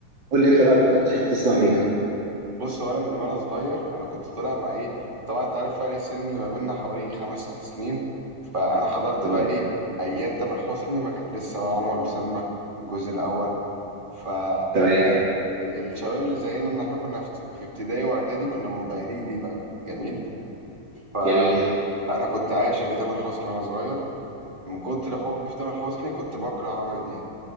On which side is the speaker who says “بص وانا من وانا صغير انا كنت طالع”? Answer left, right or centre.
Right